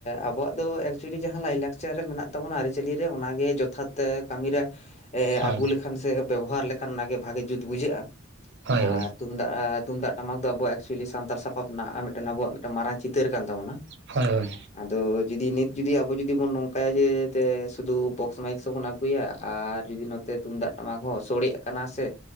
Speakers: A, on the left; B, on the right.
A: ᱟᱵᱚᱣᱟᱜ ᱫᱚ ᱮᱠᱪᱩᱭᱮᱞᱤ ᱡᱟᱦᱟᱸ ᱞᱟᱭᱞᱟᱠᱪᱟᱨ ᱪᱟᱨ ᱨᱮ ᱢᱮᱱᱟᱜ ᱛᱟᱵᱚᱱᱟ ᱟᱹᱨᱤᱪᱟᱞᱤ ᱨᱮ ᱚᱱᱟᱜᱮ ᱡᱚᱛᱷᱟᱛ ᱠᱟᱹᱢᱤᱨᱮ
B: ᱦᱳᱭ
A: ᱟᱹᱜᱩ ᱞᱮᱠᱷᱟᱱ ᱥᱮ ᱵᱮᱵᱚᱦᱟᱨ ᱞᱮᱠᱷᱟᱱ ᱚᱱᱟᱜᱮ ᱵᱷᱟᱜᱮ ᱡᱩᱛ ᱵᱩᱡᱷᱟᱹᱜᱼᱟ
B: ᱦᱳᱭ
A: ᱟᱨ
B: ᱦᱳᱭ
A: ᱛᱩᱢᱫᱟᱜᱼᱼᱛᱩᱢᱫᱟᱜ ᱴᱟᱢᱟᱠ ᱫᱚ ᱮᱠᱪᱩᱭᱤ ᱥᱟᱱᱛᱟᱲ ᱥᱟᱯᱟᱯ ᱨᱮᱱᱟᱜ ᱮᱸᱻ ᱢᱤᱫᱴᱟᱹᱝ ᱟᱵᱚᱣᱟᱜ ᱢᱟᱨᱟᱝ ᱪᱤᱛᱟᱹᱨ ᱠᱟᱱ ᱛᱟᱵᱚᱱᱟ
B: ᱦᱳᱭ ᱦᱳᱭ
A: ᱟᱫᱚ ᱡᱩᱫᱤ ᱱᱤᱛ ᱡᱩᱫᱤ ᱟᱵᱚ ᱡᱩᱫᱤ ᱵᱚᱱ ᱱᱚᱝᱠᱟᱭᱟ ᱡᱮ ᱥᱩᱫᱩ ᱵᱚᱠᱥ ᱢᱟᱭᱤᱠᱵᱚᱱ ᱟᱹᱜᱩᱭᱟ ᱟᱨ ᱡᱩᱫᱤ ᱱᱚᱛᱮ ᱛᱩᱢᱫᱟᱜ ᱴᱟᱢᱟᱠ ᱦᱚᱸ ᱥᱚᱲᱮᱜ ᱠᱟᱱᱟ ᱥᱮ